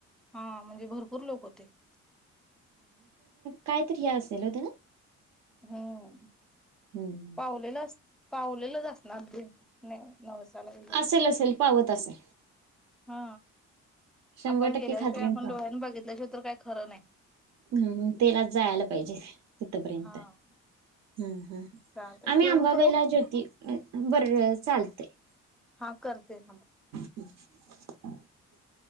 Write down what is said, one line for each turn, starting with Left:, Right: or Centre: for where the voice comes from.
Centre: हा म्हणजे भरपूर लोक होते
Right: काय तरी हे असेल हो त्या ना
Centre: हम्म
Right: हम्म
Centre: पावलेलं पावलेलंच असणार अगदी नाही नऊसाला वगडे
Right: असेल असेल पावत असेल
Centre: हा
Right: शंभर
Centre: आपण
Right: टक्के
Centre: गेल्याशिवाय
Right: खात्रीन
Centre: आपण डोळ्यानी बघितल्याशिवाय तर काही खरं नाही
Right: हम् तेला जायला पाहिजे तिथपर्यंत
Centre: हा
Right: हम्म हम
Centre: चालते
Right: आम्ही
Centre: ठेवून
Right: आंबाबाईला
Centre: करू
Right: ज्योति बर चालतेय
Centre: हा करते थांब
Right: ह